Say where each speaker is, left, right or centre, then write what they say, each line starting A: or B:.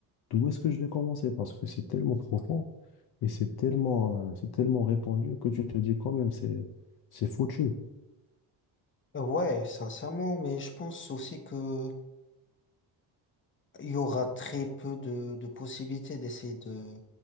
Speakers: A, on the left; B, on the left.
A: d'où est-ce que je vais commencer? Parce que c'est tellement profond et c'est tellement, euh, c'est tellement répandu que tu te dis quand même, c'est, c'est foutu.
B: Ouais, sincèrement, mais je pense aussi que il y aura très peu de, de possibilités d'essayer de,